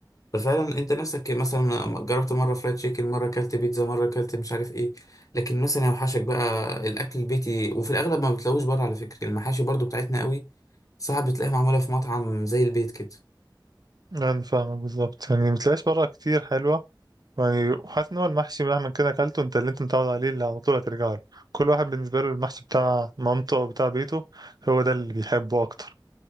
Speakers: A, on the left (about 45°); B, on the right (about 55°).
A: ففعلا انت نفسك مثلا جربت مره فرايد تشيكن مره اكلت بيتزا مره اكلت مش عارف ايه لكن مثلا يوحشك بقى الاكل البيتي وفي الاغلب ما بتلاقوش بره على فكره المحاشي برضو بتاعتنا قوي صعب تلاقيها معموله في مطعم زي البيت كده
B: يعني فاهمك بالظبط يعني متلاقيش بره كتير حلوة يعني حاسس ان هو المحشي مهما كده اكلته انت اللي انت متعود عليه اللي على طول هترجع له كل واحد بالنسبه له المحشي بتاع مامته او بتاع بيته هو ده اللي بيحبه اكتر